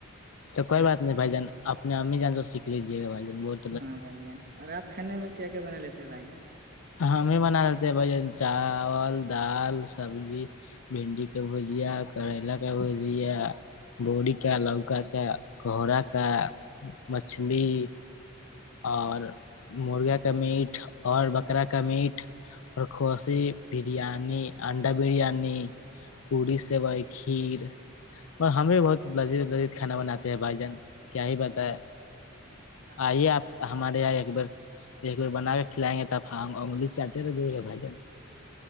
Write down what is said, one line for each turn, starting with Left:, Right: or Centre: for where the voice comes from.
Left: تو کوئی
Right: اور
Left: بات نہیں بھائی جان اپنے امی جان تو سیکھ لیجیے گا بھائی جان ب
Right: ہاں بھائی جان اور آپ کھانے میں کیا کیا بنا لیتے ہیں بھائیان
Left: ہم ہی بنا لیتے ہیں بن چاول دال سبزی بھنڈی کا بھجیا کریلا کے بھجیا بووری کا لوکا کا کورا کا مچھلی اور مرغا کا میٹ اور اکرا کا میٹ اور کوسی بریانی انڈا بریانی پوڑی سیوئی کھیر اور ہم بھی بہت لذ لذ کانا بناتے بھائی جان کیا ہی بتائے
Right: ی
Left: بے آپ ہمارے یہاں ایکار ایکار بنا کے کھلائیں گے تب ہم انگلش چٹے کر جے گا بھائی جان